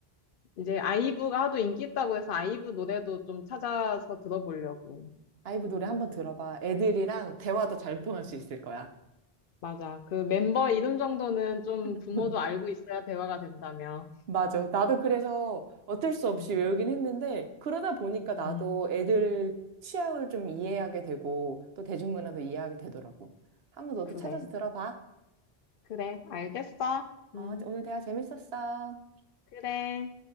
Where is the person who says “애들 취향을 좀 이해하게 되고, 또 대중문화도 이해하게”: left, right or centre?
Right